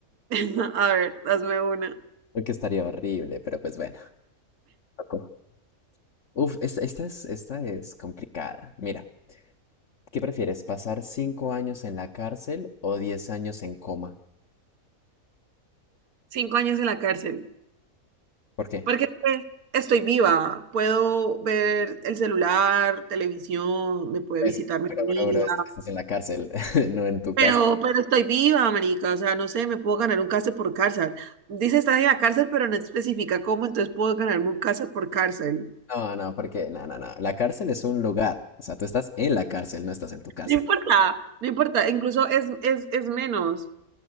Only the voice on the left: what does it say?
que estaría horrible, pero pues bueno. tocó. Uf, es- esta, es, esta es complicada. Mira, ¿qué prefieres? ¿Pasar cinco años en la cárcel o diez años en coma?
¿Por qué?
Pues,
pero
bro, bro, est- estás en la cárcel, <laughs> no en tu
casa.
No, no, porque, no, no, no. La cárcel es un lugar. O sea, tú estás en la cárcel, no estás en tu casa.